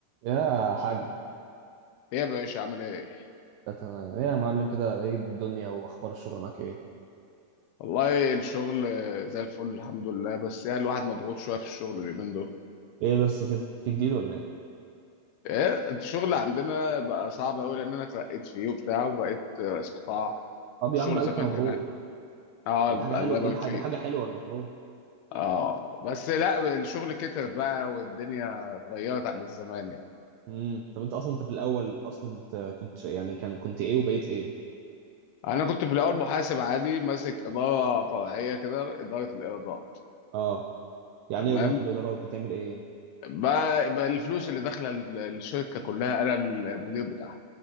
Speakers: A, on the right; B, on the left.
A: يا حاج
B: ايه يا باشا عامل ايه؟
A: أت- ايه يا معلم كده ايه الدنيا واخبار الشغل معاك ايه
B: والله الشغل زي الفل الحمد لله بس يعني الواحد مضغوط شويه في الشغل اليومين دول.
A: ايه بس كده في جديد ولا ايه
B: ايه انت، الشغل عندنا بقى صعب قوي لان انا اترقيت فيه وبتاع وبقيت رئيس قطاع.
A: طب
B: الشغل
A: يا عم الف
B: زمان
A: مبروك
B: كان اهدى. اه
A: طب
B: الله
A: دي حاجه حلوه
B: يبارك
A: دي دي
B: فيك.
A: حاجه حلوه المفروض
B: اه بس لا الشغل كتر بقى والدنيا اتغيرت عن زمان يعني.
A: امم طب انت اصلا انت في الاول اصلا انت كنت يعني كان كنت ايه وبقيت ايه
B: انا كنت في الاول محاسب عادي ماسك اداره فرعيه كده اداره الارضاء.
A: اه يعني
B: تمام
A: ايه اداره الادارات بتعمل ايه
B: بقى, بقى الفلوس اللي داخله ال- الشركه كلها انا المدير بتاعها